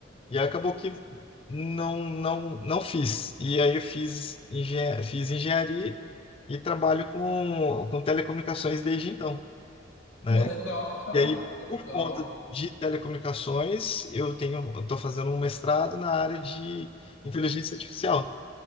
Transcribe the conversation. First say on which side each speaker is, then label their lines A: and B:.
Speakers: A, on the left; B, on the left.
A: E aí acabou que não, não, não fiz. E aí eu fiz, engen fiz engenharia e trabalho com, com telecomunicações desde então. né?
B: Pô, legal, cara.
A: E aí,
B: Pô, legal.
A: por conta de telecomunicações, eu tenho, eu estou fazendo um mestrado na área de inteligência artificial.